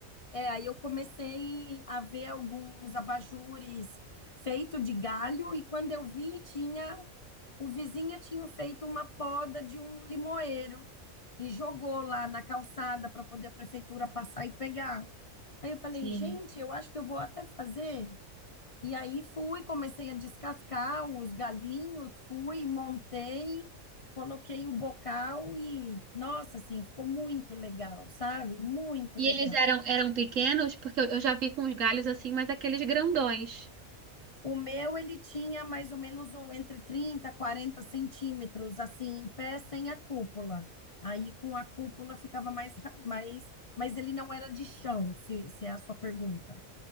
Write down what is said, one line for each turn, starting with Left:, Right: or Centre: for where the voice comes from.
Left: é, aí eu comecei a ver alguns abajures feito de galho e quando eu vi, tinha o vizinho tinha feito uma poda de um limoeiro e jogou lá na calçada para poder a prefeitura passar e pegar. Aí eu falei,
Right: Sim.
Left: gente, eu acho que eu vou até fazer. E aí fui, comecei a descascar os galinhos, fui, montei, coloquei o bocal e, nossa, assim, ficou muito legal, sabe? Muito
Right: E
Left: legal.
Right: eles eram eram pequenos porque eu eu já vi com os galhos assim, mas aqueles grandões.
Left: O meu, ele tinha mais ou menos um, entre 30 40 centímetros, assim, em pé, sem a cúpula. Aí, com a cúpula, ficava mais, ra- mais... Mas ele não era de chão, se, se é a sua pergunta,